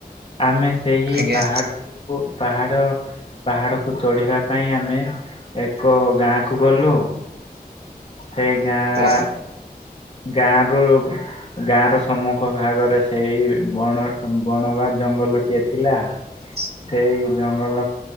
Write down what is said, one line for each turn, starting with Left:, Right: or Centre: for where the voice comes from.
Left: ଆମେ ସେହି
Right: ଆଜ୍ଞା
Left: ପାହାଡଟିକୁ ପାହାଡ ପାହାଡକୁ ଚଢିବା ପାଇଁ ଆମେ ଏକ ଗାଁ କୁ ଗଲୁ। ସେଇ ଗାଁ
Right: ଓ
Left: ଗାଁରୁ ଗାଁ ର ସମ୍ମୁଖ ଭାଗରେ ସେଇ ବଣ ବଣ ଜଙ୍ଗଲଟିଏ ଥିଲା।
Right: ହ
Left: ସେଇ ଜଙ୍ଗଲ